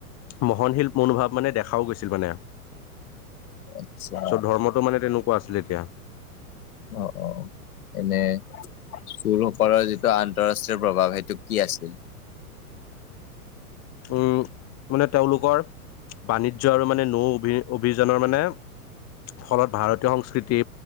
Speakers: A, on the left (about 35°); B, on the left (about 70°).
A: মহনশীল মনোভাৱ মানে দেখাও গৈছিল মানে।
B: আচ্ছা,
A: চ' ধৰ্মতটো মানে তেনেকুৱা আছিলে তেতিয়া।
B: অ অ। এনে চোৰসকলৰ যিটো আন্তৰাষ্ট্ৰীয় প্ৰভাৱ সেইটো কি আছিল?
A: উম মানে তেওঁলোকৰ বাণিজ্য আৰু মানে নৌ ভি-অভিযানৰ মানে ফলত ভাৰতীয় সংস্কৃতি,